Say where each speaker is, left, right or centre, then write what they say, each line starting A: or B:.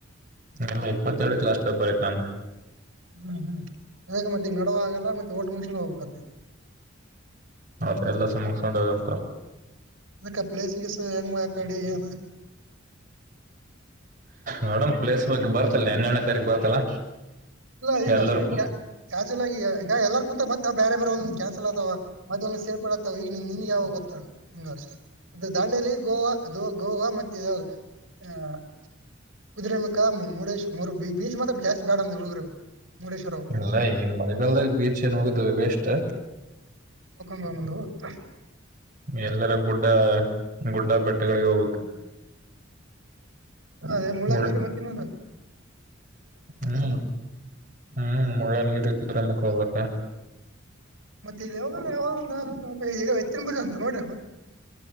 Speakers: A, on the right; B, on the right.
A: ಇಲ್ಲ ಇಪ್ಪತ್ತೆರಡು ಲಾಸ್ಟ್ ಪೇಪರ್ ಐತಿ ನಂದ
B: ಹ್ಮ್ ಹ್ಮ್ ಅದೆ ಮತ್ತೆ ಈಗ ನಡುವ ಆಗಲ್ಲ ಮತ್ತೆ ವೋಟು ಮುಗಿಸಿಕೊಂಡು ಹೋಗಬೇಕಾದ
A: ಅದು ಎಲ್ಲ ಮುಗಿಸಿಕೊಂಡು ಹೋಗು ಅಂತ ಹೇಳು
B: ಅಕ್ಕ ಪ್ಲೇಸಿಗೀಸ್ ಹೆಂಗ ಅ ಕಡೆ ಏನು
A: ನೋಡೋಣ ಪ್ಲೇಸ್ ಬಗ್ಗೆ ಬರ್ತಲ್ಲ ಹನ್ನೆ ಎರಡನೇ ತಾರೀಕು ಬರ್ತಲ್ಲ
B: ಇಲ್ಲ ಈಗ
A: ಎಲ್ಲರಿಗೂ
B: ಸುಮ್ಮ್ ಕ್ಯಾ ಜುಯಲ್ ಆಗಿ ಈಗ ಎಲ್ಲಾರ್ ಕುಂತ ಮತ್ತ ಬೇರೆ ಬೇರೆ ಕ್ಯಾನ್ಸಲ್ ಆತ ಮತ್ತಂದ ಸೇರ್ಪಡತವ ಈಗ ನಿನ್ಗೆ ಯಾವ ಗೊತ್ತಂಗ ದಾಂಡೇಲಿ ಗೋವಾ ಗೋವಾ ಮತ್ತ ಆ ಕುದುರೆಮುಖ ಮುರುಡೇಶ್ವರ ಬೀಚ್ ಮಾತ್ರ ಜಾಸ್ತಿ ಬ್ಯಾಡ ಅಂದ್ರ ಹುಡುಗರು ಮುರುಡೇಶ್ವರ ಅವು
A: ಇಲ್ಲ ಈ ಮಳೆಗಾಲದಾಗ ಬೀಚ್ ಏನ್ ಹೋಗುತ್ತವೆ ವೇಸ್ಟ್
B: ಇವಾಗ ಮುಂದೊತ್ತಾ
A: ಎಲ್ಲರ ಗುಡ್ಡ ಗುಡ್ಡ ಬೆಟ್ಟಗಳಿಗೆ ಹೋಗ್ಬೇಕು
B: ಅದೇ ಮುಳ್ಳಂಗಿರಿ
A: ಮುಳ್
B: ಮತ್ತ ಏನದ
A: ಹ್ಮ್ ಹ್ಮ್ ಮುಳ್ಳಯ್ಯನಗಿರಿ ಮುದ್ರಲಯಕ ಹೋಗದ
B: ಮತ್ತ ಇ ಯ ಯಾವ ಒಂದಾದ ಅಂತ ನೋಡ ಗ ಹೆಚ್ಚಿನ ಬೀಜ ಅಂತ ನೋಡಿದನು